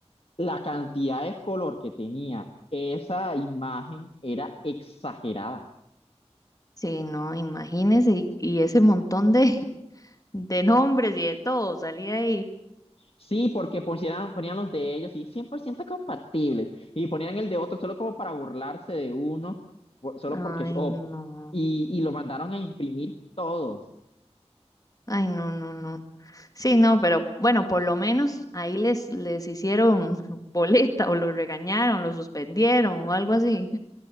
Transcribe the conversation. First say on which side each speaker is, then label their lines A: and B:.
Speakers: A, on the left; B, on the left.
A: la cantidad de color que tenía esa imagen era exagerada.
B: Sí, no, imagínese, y, y ese montón de, <laughs> de nombres y de todo salía ahí.
A: Sí, porque pusieran- ponían los de ellos y 100% compatibles y ponían el de otro solo como para burlarse de uno, por- solo
B: Ay,
A: porque... sí, o-
B: no,
A: y, y lo mandaron a imprimir todos.
B: ay, no, no, no. Sí, no, pero bueno, por lo menos ahí les, les hicieron <laughs> boleta o los regañaron, los suspendieron o algo así.